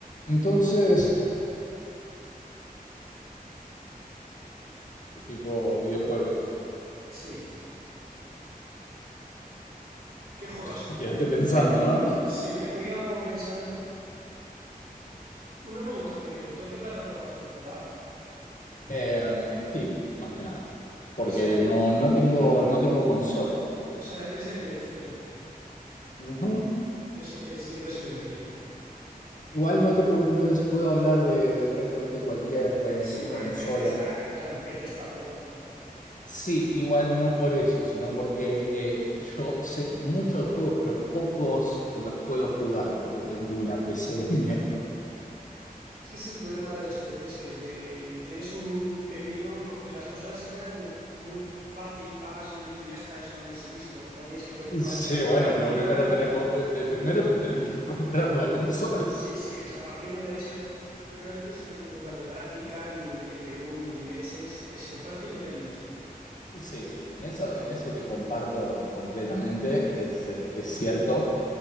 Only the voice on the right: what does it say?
Sí. ¿Qué juegas tú?
Sí, me, me he quedado como pensando. Una pregunta primero, ¿tú en qué plataforma sueles jugar?
O sea, eres,
o sea, eres de PC.
Yo sé que siempre he sido de Play.
Sí, porque
en PC está, o sea, en PC está todo. O sea,
es que ese es el problema de las PCs, que o te o tienes un pepino, porque las consolas al final es muy, muy fácil, pagas y ya está, y solo metes el disco. No tienes que preocuparte
de
gráficas.
Sí, sí, o sea, partiendo de eso, pero no te tienes que preocupar de gráficas, ni de CPU, ni de leches, es comprarte y meter el disco.